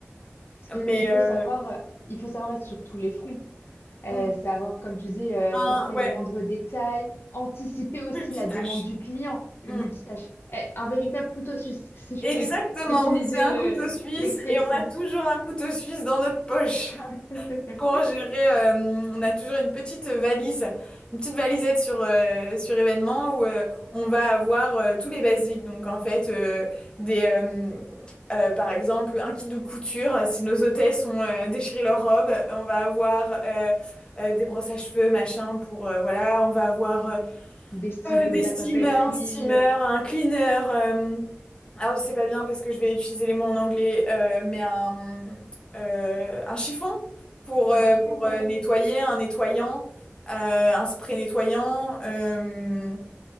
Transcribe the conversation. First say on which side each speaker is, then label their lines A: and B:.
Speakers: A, on the left (about 60°); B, on the left (about 20°).
A: Parce qu'il
B: mais
A: faut, il faut
B: euh,
A: savoir, euh, il faut savoir être sur tous les fronts. Euh,
B: mm,
A: savoir, comme tu dis, euh,
B: un,
A: capter
B: ouais,
A: le moindre détail, anticiper aussi
B: multitâche.
A: la demande du client, le
B: Mm.
A: multitâche. Eh, un véritable couteau suisse, <laughs> si je
B: Exactement,
A: peux ex- utiliser
B: c'est un
A: le,
B: couteau suisse
A: l'expression.
B: et on a toujours un couteau suisse dans notre poche.
A: <laughs>
B: pour gérer, euh, on a toujours une petite valise, une petite valisette sur, euh, sur événement où euh, on va avoir euh, tous les basiques. Donc en fait, euh, des, euh, euh, par exemple, un kit de couture, si nos hôtesses ont euh, déchiré leur robe, on va avoir euh, euh, des brosses à cheveux, machin, pour, euh, voilà, on va avoir euh,
A: des stylos,
B: euh, des
A: de
B: steamers,
A: la papeterie,
B: un steamer,
A: euh,
B: un cleaner. euh, alors, c'est pas bien parce que je vais utiliser les mots en anglais, euh, mais un, euh, un chiffon pour,
A: un
B: euh,
A: chiffon
B: pour
A: tout
B: euh,
A: à fait.
B: nettoyer, un nettoyant, euh, un spray nettoyant. euh,